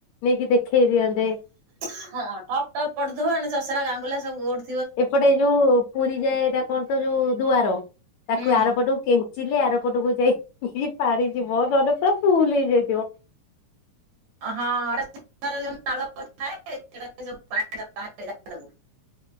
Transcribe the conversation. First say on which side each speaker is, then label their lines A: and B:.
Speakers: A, on the left; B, on the right.
A: ନେଇକି ଦେଖେଇ ଦିଅନ୍ତେ।
B: ହଁ ଠପ୍ ଟପ୍ ପଡୁଥିବ ଏନେ ଚସରା ଗାଙ୍ଗୁଲା ସବୁ ପଡ୍
A: ଏପଟେ ଏ ଯୋଉ ପୁରୀ ଯାଏ ଏଇଟା କଣ ତ ଯୋଉ ଦୁଆର ତାକୁ
B: ହଁ
A: ଆର ପଟୁ କେଞ୍ଚିଲେ ଆରପଟକୁ ଯାଇକି ପାଣିଯିବ ନହେଲେ ପୁରା ଫୁଲ୍ ହେଇଯାଇଥିବ।
B: ହଁ <unintelligible>